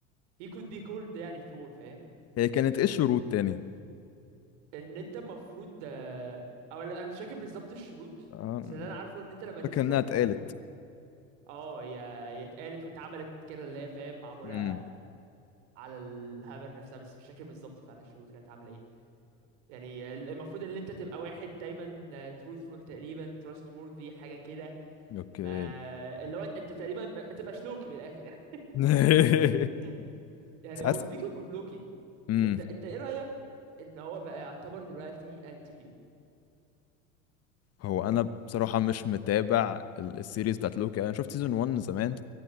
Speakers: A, on the right; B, on the left.
A: he could be called يعني ثور فاهم
B: هي كانت ايه الشروط تاني
A: ان انت المفروض آه، او لا، انا مش فاكر بالظبط الشروط
B: آه،
A: بس اللي انا عارفه ان انت لما تمسكها
B: فاكر انها
A: انت
B: اتقالت
A: تبقى ثور اه هي هي اتقالت واتعملت كده اللي هي فاهم معموله
B: امم
A: على الهامر نفسها بس مش فاكر بالظبط فعلا الشروط كانت عامله ايه يعني المفروض ان انت تبقى واحد دايما truthful تقريبا trustworthy حاجه كده
B: اوكي
A: ما اللي هو انت تقريبا ما, ما تبقاش لوكي من الاخر
B: <laughs>
A: <laughs> يعني
B: ساعات
A: او speaking of لوكي
B: امم
A: انت انت ايه رايك ان هو بقى يعتبر دلوقتي انتي هيرو
B: هو انا بصراحه مش متابع ال- السيريز بتاعت لوكي انا شفت سيزون 1 زمان